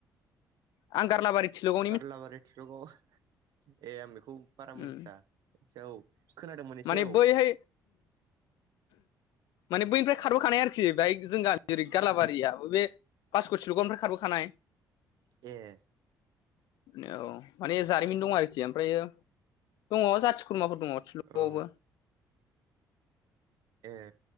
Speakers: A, on the left; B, on the right.
A: आं गारलाबारि थिलगाव
B: गारलाबारि थिलगाव ए आं बेखौ बारा मोनथिया
A: उम
B: मोनथिया औ खोनादोंमोन एसे
A: माने
B: औ
A: बैहाय
B: <inaudible>
A: माने बैनिफ्राय खारबोखानाय आरोखि बेहाय जों गामि ओरै गालाबारियाबो बे बासुगाव थिल'गावनिफ्राय खारबोखानाय
B: ए
A: ने औ माने जारिमिन दं आरोखि ओमफ्रायो दङ जाथि खुरमाफोर दङ थिल'गाव
B: औ
A: आवबो
B: ए